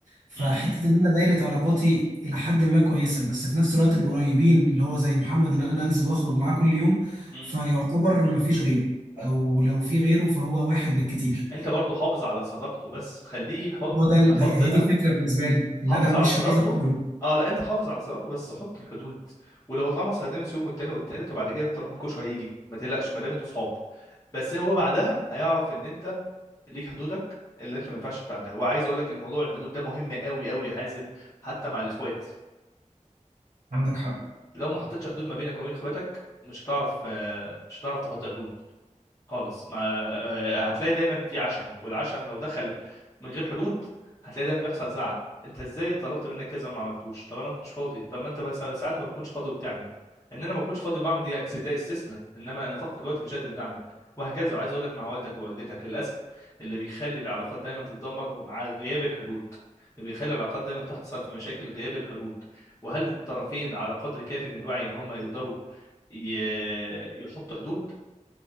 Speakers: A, on the right (about 75°); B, on the left (about 25°).
A: فحتة
B: امم
A: إن أنا دايرة علاقاتي إلى حد ما كويسة بس في نفس الوقت القريبين اللي هو زي محمد إن أنا أنزل وأخرج معاه كل يوم
B: امم
A: فيعتبر مفيش غيره او لو في غيره فهو واحد بالكتير
B: انت برضو حافظ على صداقته بس خليه يحط
A: هو ده ال-
B: حط
A: هي هي
B: آه،
A: دي الفكره بالنسبه لي ان
B: حافظ
A: انا مش
B: على صداقته
A: عايز اختاره
B: اه لا انت حافظ على صداقته بس حط الحدود ولو اتقمص هيتقمص يوم والتاني والتالت وبعد كده تروح منكوش وهيجي ما تقلقش ما دام انتوا صحاب بس هو بعدها هيعرف ان انت ليك حدودك اللي انت ما ينفعش تتعداها وعايز اقول لك الموضوع الحدود ده مهم قوي قوي يا حازم حتى مع الاخوات
A: عندك حق
B: لو ما حطيتش حدود ما بينك وبين اخواتك مش هتعرف آه، مش هتعرف تحط حدود خالص ما آه، هتلاقي دايما في عشم والعشم لو دخل من غير حدود هتلاقي دايما بيحصل زعل انت ازاي طلبت منك كذا وما عملتوش طب انا ما كنتش فاضي طب ما انت مثلا ساعات ما بتكونش فاضي وبتعمل ان انا ما كنتش فاضي وبعمل دي أكس- ده استثناء انما انا طاقتي دلوقتي مش قادر اني اعمل وهكذا وعايز اقول لك مع والدك ووالدتك للاسف اللي بيخلي العلاقات دايما تتدمر على غياب الحلول اللي بيخلي العلاقات دايما تحصل في مشاكل غياب الحلول وهل الطرفين على قدر كافي من الوعي ان هم يقدروا ي- يحطوا حدود